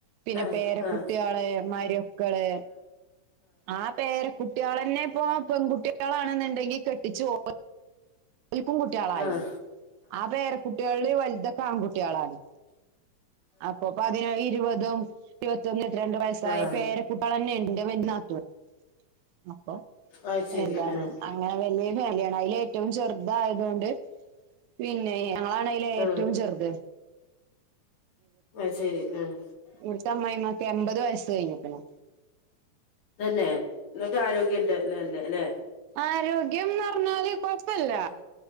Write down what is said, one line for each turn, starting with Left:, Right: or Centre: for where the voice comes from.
Right: പിന്നെ
Left: ആഹ് ആഹ് ആഹ് ആഹ്
Right: പേരക്കുട്ടികള്
Left: ആഹ്
Right: മരുക്കള് ആഹ് പേരെ കുട്ടികളെന്നെ ഇപ്പൊ പെൺകുട്ടികളാണെന്നുണ്ടെങ്കി കെട്ടിച്ചു പോ വലപ്പും കുട്ടിളായി
Left: ആഹ്
Right: ആഹ് പേരക്കുട്ടികളില് വലുതൊക്കെ ആൺകുട്ടികളാണ് അപ്പൊപ്പോ അതിനാ ഇരുപതും ഇരുപത്തൊന്ന് ഇത്തിരണ്ട് വയസ്സായ
Left: ആഹ്
Right: പേരെക്കൂട്ടികളന്നെ ഉണ്ട് <inaudible> അപ്പൊ
Left: അത് ശരി
Right: എന്താണ്
Left: ആഹ്
Right: അങ്ങനെ വലിയ ഫാലിയാണ് അയില് ഏറ്റവും ചെറ തായതൊണ്ട് പിന്നെ ഞങ്ങളാണ് അയില് ഏറ്റവും
Left: ആഹ്
Right: ചെറുത്
Left: അത് ശരി ആഹ്
Right: ഇവിടത്തെ അമ്മയിമ്മക്ക് എമ്പത് വയസ്സ് കഴിഞ്ഞ് പിന്നെ
Left: അത് എന്നെ എന്നിട്ട് ആരോഗ്യണ്ട്ല്ലേല്ലേ അല്ലെ.
Right: ആരോഗ്യന്ന് പറഞ്ഞാല് കൊഴപില്ല.
Left: ആഹ്